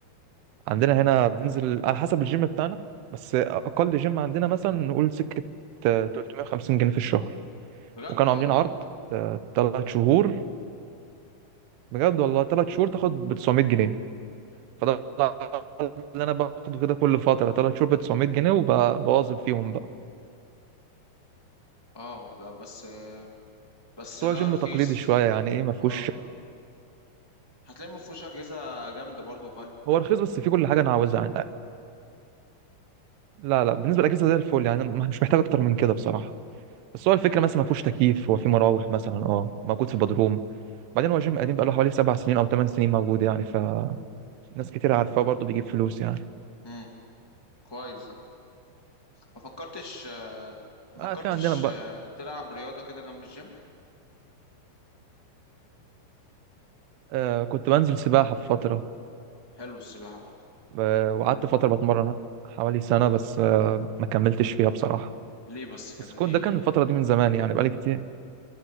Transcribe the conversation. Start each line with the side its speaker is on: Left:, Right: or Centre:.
Right: عندنا هنا بننزل على حسب الجيم بتاعنا بس اقل جيم عندنا مثلا نقول سكه آه، 350 جنيه في الشهر
Left: بجد
Right: وكانوا
Left: والله
Right: عاملين عرض ثلاث شهور بجد والله ثلاث شهور تاخد ب 900 جنيه فده العرض اللي انا باخده كده كل فتره ثلاث شهور ب 900 جنيه وبواظب فيهم بقى
Left: اه ده بس آه، بس
Right: بس
Left: ده
Right: هو جيم
Left: رخيص
Right: تقليدي شويه يعني ايه ما فيهوش
Left: اه هتلاقي ما فيهوش اجهزه جامده برضو وغاليه
Right: هو رخيص بس فيه كل حاجه انا عاوزها يعني لا لا بالنسبه للاجهزه زي الفل يعني أنا مش محتاج اكتر من كده بصراحه بس هو الفكره مثلا ما فيهوش تكييف هو فيه مراوح مثلا اه موجود في
Left: مم.
Right: بدروم بعدين هو جيم قديم بقاله حوالي سبع سنين او ثمان سنين موجود يعني فناس كتير عارفاه وبرضه بيجيب فلوس يعني
Left: مم. كويس ده ما فكرتش آه، ما
Right: اه
Left: فكرتش
Right: في عندنا بر...
Left: آه، تلعب رياضه كده جنب الجيم
Right: آه كنت بنزل سباحة في فترة
Left: حلو السباحه برضو
Right: آه وقعدت فترة بتمرن حوالي سنة بس آه ما كملتش فيها بصراحة
Left: ليه بس كده
Right: بس كنت
Left: دي إيه؟
Right: ده كان الفترة دي من زمان يعني بقالي كتير